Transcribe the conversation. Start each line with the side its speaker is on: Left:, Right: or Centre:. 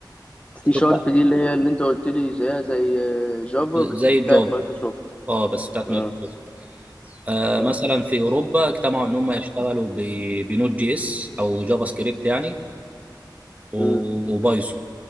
Left: سي شارب
Right: تطلع
Left: دي اللي هي اللي انت قلت لي زيها زي آه، جافا
Right: زي
Left: بس
Right: الجافا
Left: بتاعت مايكروسوفت
Right: اه بس بتاعت
Left: اه
Right: مايكروسوفت آه
Left: اه
Right: مثلا في اوروبا اجتمعوا ان هم يشتغلوا ب- بنود جي اس او جافا سكريبت يعني و-
Left: امم
Right: وبايثون